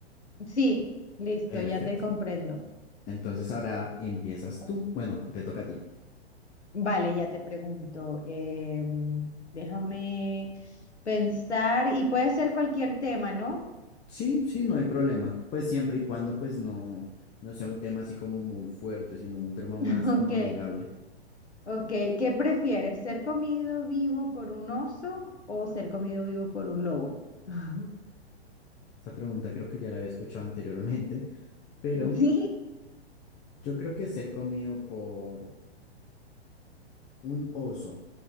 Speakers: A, on the left (about 85°); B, on the left (about 20°).
A: Sí, listo,
B: Perfecto.
A: ya te comprendo.
B: Entonces ahora empiezas tú. Bueno, te toca a ti.
A: Vale, ya te pregunto. em, déjame pensar y puede ser cualquier tema, ¿no?
B: Sí, sí, no hay problema. Pues siempre y cuando pues no, no sea un tema así como muy fuerte, sino un tema más
A: <laughs>
B: como
A: Ok,
B: amigable.
A: ok. ¿Qué prefieres? ¿Ser comido vivo por un oso o ser comido vivo por un lobo? <laughs>
B: Esa pregunta creo que ya la había escuchado anteriormente, pero
A: Sí,
B: yo creo que ser comido por un oso,